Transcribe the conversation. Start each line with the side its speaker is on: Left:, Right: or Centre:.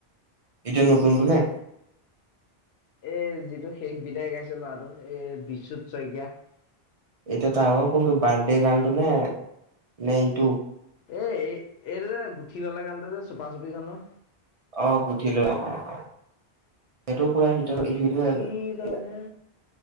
Right: এতিয়া নতুনটো নে
Left: এই যিটো শেষ বিদায় গাইছে ল'ৰাটো এই বিচুত শইকীয়া <unintelligible>
Right: এতিয়া তাৰ আৰু কোনটো বাৰ্থডে গানটো নে নে এইটো <unintelligible>
Left: এ এই এইটো যে গুঠি ললে গানটো যে চুপা চুপি খনৰ
Right: অহ গুঠিলো অ অ সেইটো পুৰা হিত
Left: গুঠি
Right: হিত হৈ আছে
Left: ললে
Right: এয়া